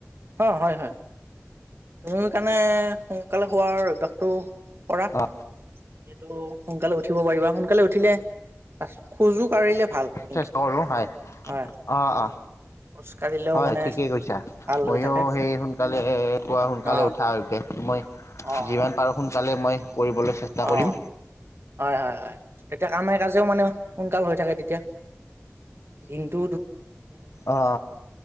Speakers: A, on the right; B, on the left.
A: অ হয় হয় তুমি সেইকাৰণে সোনকালে হোৱাৰ অভ্যাসটো কৰা
B: অ
A: যিহেতু ত সোনকালে উঠিব পাৰিবা সোনকালে উঠিলে খোজো কাঢ়িলে ভাল কিন্তু
B: চেষ্টা কৰো হয়
A: হয়
B: অ অ
A: খোজ কাঢ়িলেও
B: হয়
A: মানে
B: ঠিকেই কৈছা
A: ভাল
B: ময়ো
A: হৈ থাকে।
B: সেই সোনকালে পুৱা সোনকালে
A: অ',
B: উঠাৰ অভ্যাস মই
A: অ',
B: যিমান পাৰো সোনকালে মই কৰিবলৈ চেষ্টা কৰিম।
A: অ হয় হয় হয় তেতিয়া কামে কাজে একদম মানে সোনকাল হৈ থাকে তেতিয়া দিনটো
B: অ